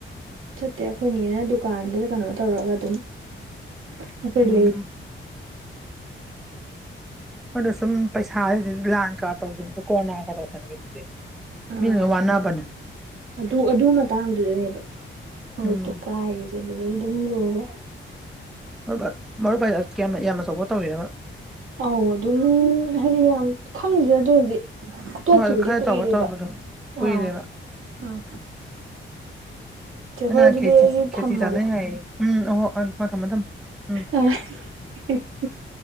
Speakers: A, on the right; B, in the centre.
A: ꯆꯠꯇꯦ ꯑꯩꯈꯣꯏꯅꯦꯅ ꯗꯨꯀꯥꯟꯗ ꯀꯩꯅꯣ ꯇꯧꯔꯒ ꯑꯗꯨꯝ ꯑꯩꯈꯣꯏ
B: ꯎꯝ
A: ꯂꯩꯔꯦ
B: ꯑꯗ ꯁꯨꯝ ꯄꯩꯁꯥꯁꯤꯗꯤ ꯂꯥꯟꯒ ꯇꯧꯈꯤꯕꯗ ꯀꯣꯔꯣꯅꯥꯒ ꯇꯧꯁꯟꯈꯤꯕꯗꯨꯗꯤꯦ
A: ꯑꯥ
B: ꯃꯤ ꯂꯩ ꯋꯥꯅꯥ ꯄ
A: ꯑꯗꯨ ꯑꯗꯨ ꯃꯇꯥꯡꯗꯨꯗꯅꯦꯕ ꯍꯣꯔꯛꯇ
B: ꯎꯝ
A: ꯀꯥꯏꯔꯤꯁꯦ ꯑꯗꯨꯗꯒꯤ ꯑꯗꯨꯝ ꯂꯣꯏꯔꯦ
B: ꯃꯔ ꯃꯔꯨꯞꯕꯏ ꯀꯌꯥꯝ ꯌꯥꯝ ꯑꯆꯧꯕꯠ ꯇꯧꯈꯤꯦꯕ
A: ꯑꯧ ꯑꯗꯨꯝ ꯍꯥꯏꯗꯤ ꯌꯥꯝ ꯈꯪꯗꯗꯦ ꯑꯗꯨꯕꯨꯗꯤ ꯇꯣꯛꯈꯤꯕꯗꯤ
B: ꯍꯣꯏ ꯈꯔ
A: ꯀꯨꯏꯔꯦꯕ
B: ꯆꯥꯎꯕ ꯇꯧꯔꯝꯕꯗꯣ ꯀꯨꯏꯔꯦꯕ
A: ꯑꯥ ꯑꯥ ꯦꯈꯣꯏ
B: ꯅꯪ ꯅꯍꯥꯟ
A: ꯑꯗꯨꯗꯤ
B: ꯈꯦꯆꯤ
A: ꯑꯩꯁꯨ
B: ꯈꯦꯆꯤ
A: ꯊꯝꯃꯒꯦ
B: ꯆꯥꯅꯩ ꯍꯥꯏꯌꯦ ꯎꯝ ꯑꯍꯣ ꯑꯪ ꯍꯣ ꯍꯣꯏ ꯊꯝꯃꯣ ꯊꯝꯃꯣ ꯎꯝ
A: ꯑ <unintelligible>